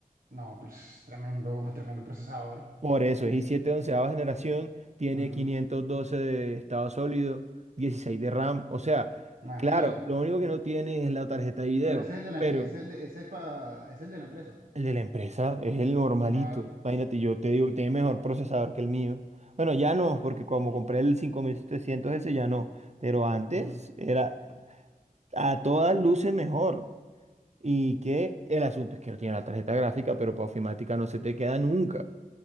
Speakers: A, on the right; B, on the right.
A: No, pues tremendo, tremendo procesador.
B: Por eso, es i7 onceava generación, tiene
A: Ujú,
B: 512 de estado sólido, 16 de RAM. O sea,
A: Imagínate.
B: claro, lo único que no tiene es la tarjeta de video,
A: Pero ese es el de la,
B: pero
A: ese es de- ese es pa- es el de la empresa.
B: el de la empresa es el normalito.
A: Claro.
B: Imagínate, yo te digo que tiene mejor procesador que el mío. Bueno, ya no, porque como compré el 5700 ese, ya no. Pero antes
A: ujú.
B: era a todas luces mejor. Y que el asunto es que no tiene la tarjeta gráfica, pero para ofimática no se te queda nunca,